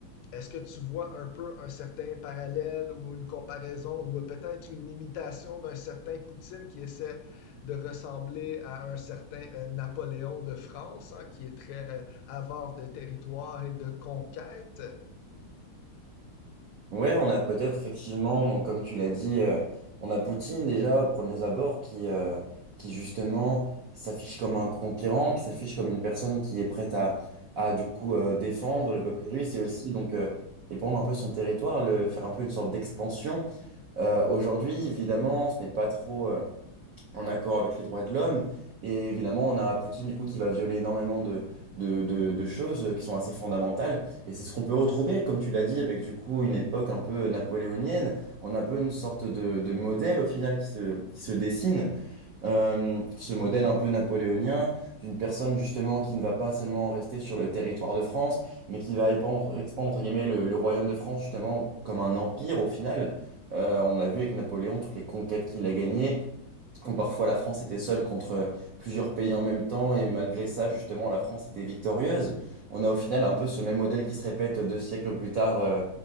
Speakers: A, on the left (about 80°); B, on the right (about 80°).
A: est-ce que tu vois un peu un certain parallèle ou une comparaison ou euh, peut-être une imitation d'un certain Poutine qui essaie de ressembler à un certain euh, Napoléon de France, hein, qui est très euh, avare de territoire et de conquête?
B: Ouais, on a peut-être effectivement, donc comme tu l'as dit, euh, on a Poutine déjà, aux premiers abords, qui, euh, qui justement s'affiche comme un conquérant, qui s'affiche comme une personne qui est prête à, à du coup euh, défendre le peuple russe et aussi donc euh, défendre un peu son territoire, le, faire un peu une sorte d'expansion. Euh, aujourd'hui, évidemment, ce n'est pas trop. euh, en accord avec les droits de l'homme. Et évidemment, on a Poutine du coup qui va violer énormément de, de, de- de choses euh, qui sont assez fondamentales. Et c'est ce qu'on peut retrouver, comme tu l'as dit, avec du coup une époque un peu napoléonienne. On a un peu une sorte de, de modèle au final qui se, qui se dessine. Euh, ce modèle un peu napoléonien d'une personne justement qui ne va pas seulement rester sur le territoire de France, mais qui va épandre- expandre, entre guillemets le, le royaume de France justement comme un empire au final. Euh, on l'a vu avec Napoléon, toutes les conquêtes qu'il a gagnées où parfois la France était seule contre plusieurs pays en même temps, et malgré ça, justement, la France était victorieuse. On a au final un peu ce même modèle qui se répète deux siècles plus tard, euh,